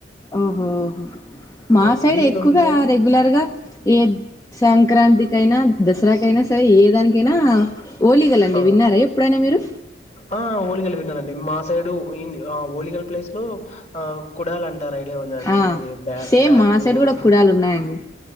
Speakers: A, on the left (about 20°); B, on the left (about 35°).
A: ఆహా మా
B: మ్,
A: సైడ్
B: మీరు
A: ఎక్కువగా
B: మీరు
A: రెగ్యులర్ గా ఏ సంక్రాంతి కైనా దసరాకైనా సరే ఏ దానికైనా ఓలీగలండి
B: ఆ
A: విన్నారా ఎప్పుడైనా మీరు.
B: ఆ ఓలిగలు విన్నానండి. మా సైడు ఇ ఆ ఓలిగల ప్లేస్ లో ఆ కుడాలు అం టారు ఐడియా ఉందండి
A: ఆ
B: అది బ్యా
A: సేమ్
B: బ్యాళ్ళు
A: మా సైడ్ కూడా కుడాలు ఉన్నాయండి